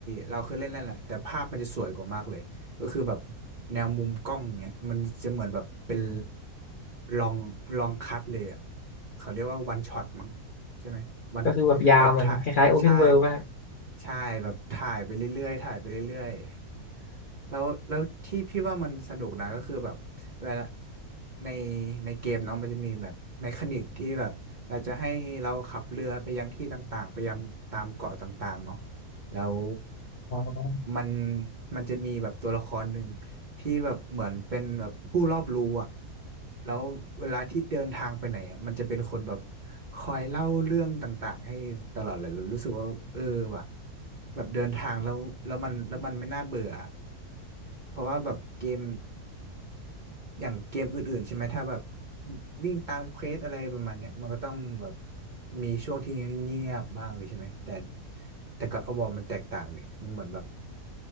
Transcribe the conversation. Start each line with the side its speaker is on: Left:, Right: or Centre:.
Right: เราเคยเล่นนั่นแหละแต่ภาพมันจะสวยกว่ามากเลยก็คือแบบแนวมุมกล้องเนี่ยมันจะเหมือนแบบเป็นลองลองคัดเลยอ่ะเขาเรียกว่าวันช็อตมั้งใช่ไหมวัน
Left: <laughs> ก็คือแบบยาวเหมือนคล้ายๆ
Right: แบบถ่ายใช่
Left: Open World มาก
Right: ใช่แบบถ่ายไปเรื่อยๆถ่ายไปเรื่อยๆแล้วแล้วที่พี่ว่ามันสนุกนะก็คือแบบ เวลาในในเกมเนาะมันจะมีแบบเมคานิกที่แบบเราจะให้เราขับเรือไปยังที่ต่างๆไปยังตามเกาะต่างๆเนาะแล้ว
Left: อ๋อ
Right: มันมันจะมีแบบตัวละครหนึ่งที่แบบเหมือนเป็นแบบผู้รอบรู้อะแล้วเวลาที่เดินทางไปไหนอะมันจะเป็นคนแบบคอยเล่าเรื่องต่างๆให้ตลอดเลยเรารู้สึกว่าเออว่ะแบบเดินทางแล้วแล้วมันแล้วมันไม่น่าเบื่อเพราะว่าแบบเกม อย่างเกมอื่นๆใช่ไหมถ้าแบบวิ่งตามเควสอะไรประมาณเนี้ยมันก็ต้องแบบมีช่วงที่เงียบๆบ้างเลยใช่ไหมแต่แต่ก็อดอวมันแตกต่างเลยมันเหมือนแบบ